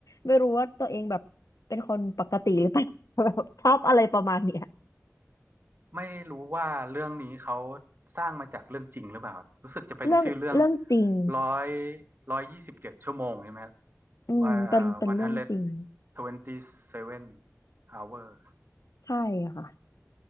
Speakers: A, on the left; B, on the right.
A: ไม่รู้ว่าตัวเองแบบเป็นคนปกติหรือเปล่า <laughs> แบบชอบอะไรประมาณเนี้ย
B: ไม่รู้ว่าเรื่องนี้เขาสร้างมาจากเรื่องจริงหรือเปล่าครับรู้สึกจะเป็นชื่อเรื่อง
A: เรื่องเรื่องจริง
B: ร้อยร้อยยี่สิบเจ็ดชั่วโมงใช่ไหมครับ
A: อืมเป็นเป็นเรื่องจริง
B: ว่าเอ่อวันฮันเลดทเวนตี้เซเว่นอเวอร์
A: ใช่ค่ะ